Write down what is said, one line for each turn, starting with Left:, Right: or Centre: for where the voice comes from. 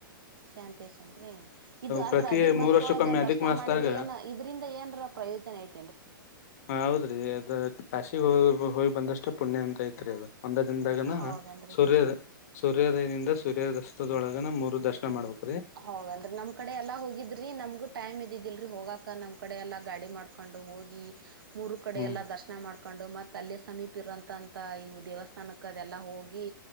Right: ಶಾಂತೇಶ್ ಅನ್ರಿ ಇದು ಅಂದ್ರ
Left: ಪ್ರತಿ
Right: ಅದಿಕಮಾ
Left: ಮೂರ್
Right: ಸದೊಳಗ
Left: ವರ್ಷಕ್ಕೊಮ್ಮೆ
Right: ದರ್ಶನ
Left: ಅಧಿಕ್ ಮಾಸದಾಗ
Right: ಮಾಡಿದ್ರೆ ಏನ್ ಇದ್ರಿಂದ ಏನ್ರ ಪ್ರಯೋಜನ ಏನ
Left: ಹ ಹೌದ್ರಿ ಅದ ಕಾಶಿ ಹೋಗಿ ಬಂದಷ್ಟು ಪುಣ್ಯ ಅಂತ ಐತ್ರಿ ಅದು ಒಂದ ದಿನದಾಗನ
Right: ಹೌದನ್ರಿ
Left: ಸೂರ್ಯದ ಸೂರ್ಯೋದಯದಿಂದ ಸೂರ್ಯದಸ್ತದೊಳಗ ನ ಮೂರು ದರ್ಶನ ಮಾಡ್ಬೇಕು
Right: ಹೌದನ್ರಿ ನಮ್ ಕಡೆ ಎಲ್ಲಾ ಹೋಗಿದ್ರಿ ನಮ್ಗು ಟೈಮ್ ಇದಿದಿಲ್ರರಿ ಹೋಗಾಕ ನಮ್ ಕಡೆ ಎಲ್ಲ ಗಾಡಿ ಮಾಡ ಮಾಡಕೊಂಡು ಹೋಗಿ ಮೂರು ಕಡೆ
Left: ಹ್ಮ್
Right: ಎಲ್ಲಾ ದರ್ಶನ ಮಾಡ್ಕೊಂಡು ಮ ತಲ್ಯ ಸಮೀಪ ಇರಂತಂತ ಇವು ದೇವಸ್ಥಾನಕ್ಕ ಅದೆಲ್ಲಾ ಹೋಗಿ